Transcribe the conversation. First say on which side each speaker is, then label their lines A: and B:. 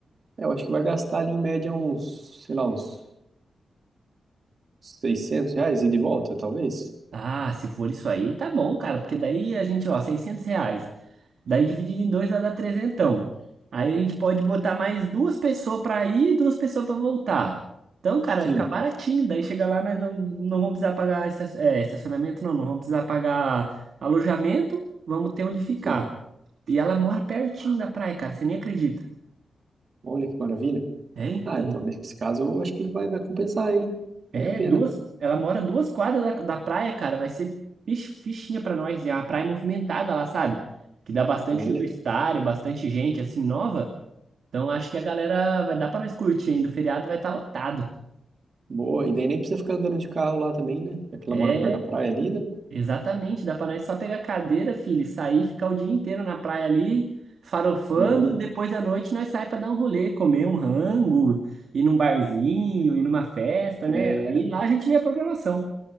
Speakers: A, on the right; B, on the right.
A: é, eu acho que vai gastar ali em média uns, sei lá, uns 600 reais ida e de volta, talvez?
B: Ah, se for isso aí, tá bom, cara, porque daí a gente, ó, 600 reais. Daí dividido em dois vai dar trezentão. Aí a gente pode botar mais duas pessoas pra ir e duas pessoas pra voltar. Então, cara,
A: Sim,
B: vai ficar baratinho. Daí chega lá, nós não, não vamos precisar pagar esta- é, estacionamento, não. Não vamos precisar pagar alojamento. Vamos ter onde ficar.
A: sim.
B: E ela mora pertinho da praia, cara. Você nem acredita.
A: Olha que maravilha.
B: É, então.
A: Ah, então, nesse caso, eu acho que vai, vai compensar, hein?
B: É,
A: Vale a pena.
B: duas. Ela mora duas quadras da, da praia, cara. Vai ser fich- fichinha pra nós. E é uma praia é movimentada lá, sabe? Que dá bastante
A: Olha.
B: universitário, bastante gente, assim, nova. Então acho que a galera vai dar pra nós curtir ainda. O feriado vai estar lotado.
A: Boa, e daí nem precisa ficar andando de carro lá também, né? Já que ela
B: É,
A: mora perto da praia ali, né?
B: exatamente. Dá pra nós só pegar cadeira, filho, e sair, ficar o dia inteiro na praia ali, farofando.
A: Boa.
B: Depois da noite nós sai pra dar um rolê, comer um rango, ir num barzinho, ir numa festa,
A: É,
B: né? E lá a gente vê a programação.